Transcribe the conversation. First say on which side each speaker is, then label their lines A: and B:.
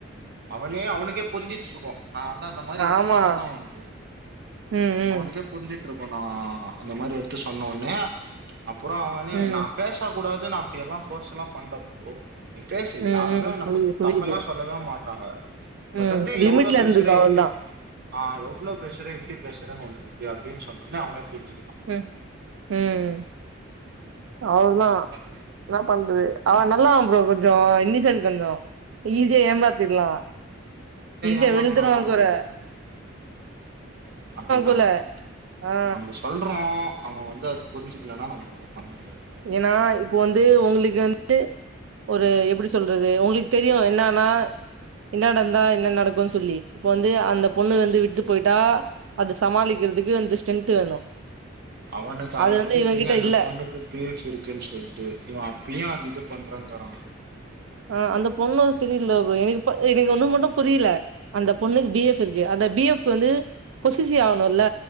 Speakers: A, on the right; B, on the right.
A: அவனே அவனுக்கே புரிஞ்சிச்சிருக்கே நா வந்து அந்த மாறி
B: ஆமா
A: எடுத்து சொன்னே அவனுக்கு
B: ம் ம்
A: அவனுக்கே புரிஞ்சிட்டு இருக்கும் நா அந்த மாறி எடுத்து சொன்ன உடனே அப்புறே அவனே
B: ம்
A: நா பேச கூடாதுன்னு அப்புடியெல்லா ஃபர்ஸ்சு எல்லா பண்ல ப்ரோ நீ பேசு
B: ம்
A: யாருமே
B: ம்
A: உன்னை
B: புரியுது
A: குத்
B: புரியுது
A: தப்பு எல்லா சொல்லவே மாட்டாங்க பட்
B: ம்
A: வந்து
B: லிமிட்ல
A: எவ்வளோ பேசுற
B: இருந்துக்கோ
A: எப்டி
B: அவள்தா
A: ஆஹா எவ்வளோ பேசுறே எப்புடி பேசுறேன்னு ஒன்னு இருக்கு அப்புடினு சொன்னேனோ அவனே புரிஞ்சுக்குறா
B: ம் ம் அவ்ளோ
A: அது
B: என்ன பண்றது அவன் நல்லா ப்ரோ கொஞ்சோ இன்னிஷன்ட் கொஞ்சோ ஈஸியா ஏம்மாத்திர்லா ஈஸியா
A: ஏமாத்தலா
B: விழுத்துவக்குடா
A: தா ப்ரோ அப்புடின்னா
B: கூட ஆ
A: நம்ம சொல் லுறே அவ வந்து அது புரிஞ்சிக்கலனா நம்ப ஓன்னு பண்ண முடியாது ப்ரோ
B: இல்லணா இப்போ வந்து உங்களுக்கு வந்து ஒரு எப்புடி சொல்றது உங்களுக்கு தெரியு என்னன்னா என்ன நடந்தா என்ன நடக்கும் சொல்லி இப்போ வந்து அந்த பொண்ணு வந்து விட்டு போயிட்டா அத சமாளிக்கிறதுக்கு வந்து ஸ்ட்ரென்த் வேணு
A: அவனுக்கு ஆல்ரெடி
B: அது வந்து இவங்கிட்ட
A: தெரியு அந்த
B: இல்ல
A: பொண்ணுக்கு பி எஃப் இருக்குன்னு சொல்ட்டு இவே அப்பயு அது இது பண்றங்கறா
B: ஆ அந்த பொண்ணு செரிய இல்ல ப்ரோ எனக்கு இப்ப எனக்கு ஒன்னு மட்டு புரில அந்த பொண்ணுக்கு பி எஃப் இருக்கு அந்த பி எஃப்கு வந்து பொஸஸிவ் ஆணுல